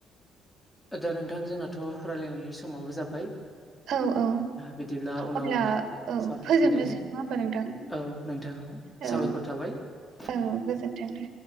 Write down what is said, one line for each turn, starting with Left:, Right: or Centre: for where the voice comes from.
Centre: आदा नोंथां जोंनाथ राय्लायनायनि समावबो जाबाय
Right: औ औ
Centre: बिदिब्ला उनाव
Right: अब्ला औ
Centre: सार
Right: फोजोबनोसै
Centre: उन्दैनि
Right: नङा होमबा नोंथां
Centre: औ ना दा
Right: औ
Centre: साबायखर थाबाय
Right: औ गोजोनथों दे